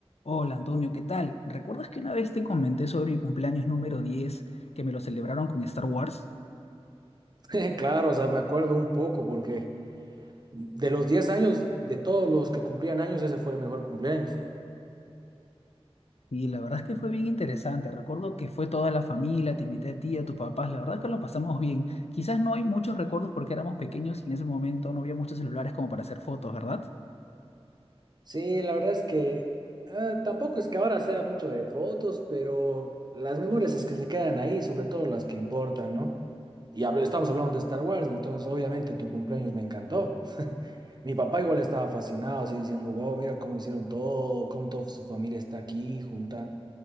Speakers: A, on the left (about 80°); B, on the right (about 40°).
A: Hola Antonio, ¿qué tal? ¿Recuerdas que una vez te comenté sobre mi cumpleaños número 10, que me lo celebraron con Star Wars?
B: <laughs> Claro, o sea, me acuerdo un poco porque de los 10 años, de todos los que cumplían años, ese fue el mejor cumpleaños.
A: Y la verdad es que fue bien interesante. Recuerdo que fue toda la familia, te invité a ti, a tus papás. La verdad es que lo pasamos bien. Quizás no hay muchos recuerdos porque éramos pequeños y en ese momento no había muchos celulares como para hacer fotos, ¿verdad?
B: Sí, la verdad es que eh, tampoco es que ahora sea mucho de fotos, pero las memorias es que se quedan ahí, sobre todo las que importan, ¿no? Y habl- estamos hablando de Star Wars, entonces obviamente tu cumpleaños me encantó. Mi papá igual estaba fascinado, así diciendo, wow, mira cómo hicieron todo, cómo toda su familia está aquí junta.